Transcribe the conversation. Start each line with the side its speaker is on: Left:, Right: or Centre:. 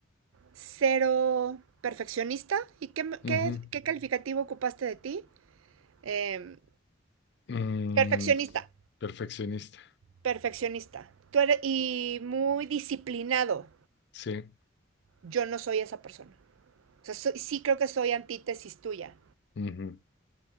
Right: cero perfeccionista. ¿Y qué,
Left: ujú.
Right: qué, qué calificativo ocupaste de ti? Eh,
Left: Mm,
Right: perfeccionista,
Left: perfeccionista,
Right: perfeccionista. Tú eres, y muy disciplinado.
Left: sí.
Right: Yo no soy esa persona. O sea, soy, sí creo que soy antítesis tuya.
Left: ujú.